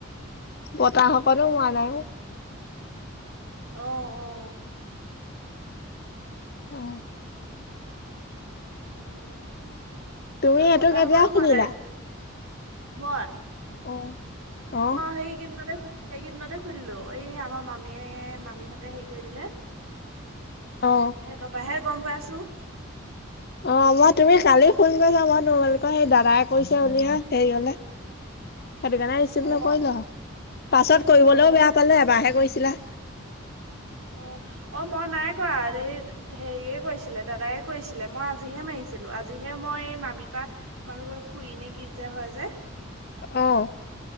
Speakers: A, on the left; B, on the right.
A: বতাহ অকনো মৰা নাই অ।
B: অ', অ'।
A: অহ।
B: উম
A: তুমি
B: আৰু
A: এইটো
B: বতাহ
A: কেতিয়া
B: অকনো মৰা
A: খুলিলা?
B: নাই। মই
A: অ অ
B: সেইকেইদিনতে খো সেইকেইদিনতে খুলিলো এই আমাৰ মামীয়ে মামীহঁতে হেৰি কৰি দিলে। সিহঁতৰ
A: অ
B: পৰাহে গম পাইছোঁ।
A: অ মই তুমি কালি ফোন কৰিছা মই তোমালোকৰ সেই দাদাই কৈছে বুলি হে হেৰি গলে
B: <unintelligible>
A: সেইটো কাৰণে ৰিচিভ
B: অ',
A: নকৰিলো আ পাছত কৰিবলেও
B: অ'।
A: বেয়া পালে এবাৰহে কৰিছিলা।
B: অ। অ মই নাই কৰা এই হেৰিয়ে কৈছিলে দাদাই কৈছিলে মই আজিহে মাৰিছিলো আজি হে মই এই মামীপা তোমালোকৰ খুৰি নে কি যে হয় যে।
A: অহ।